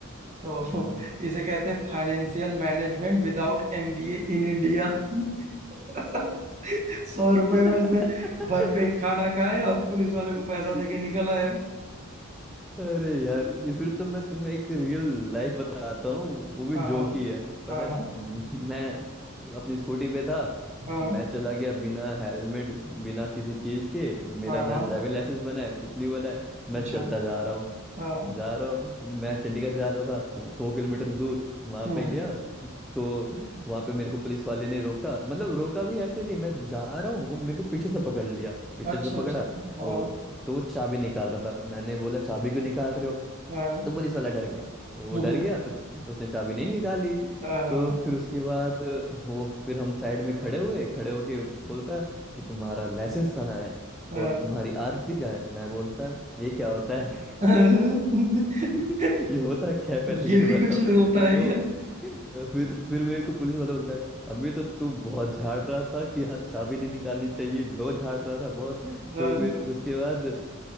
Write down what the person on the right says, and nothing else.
तो
<laughs> इसे कहते हैं financial management without MBA in India <laughs> सौ रुपए में
उसने भरपेट खाना खाया और पुलिस वाले को पैसा
देके
निकल आया
हाँ
हाँ
हाँ
हाँ
हाँ
हाँ
हाँ
अच्छा
हाँ
हम्म
अच्छा
अच्छा हाँ
हाँ
हम्म,
हाँ हाँ
हाँ
<laughs>
ये
भी
कुछ होता
है
क्या
हाँ